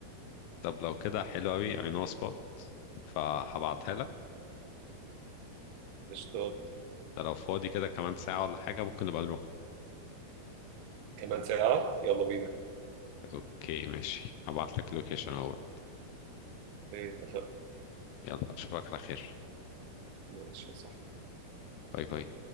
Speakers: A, on the left; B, on the right.
A: طب لو كده حلو أوي I know a spot فهبعتها لك
B: قشطات
A: ده لو فاضي كده كمان ساعة ولا حاجة ممكن نبقى نروح
B: كمان ساعة يلا بينا
A: أوكي ماشي هبعت لك اللوكيشن أول
B: إيه، اتفقنا
A: يلا أشوفك على خير
B: ماشي صح
A: باي باي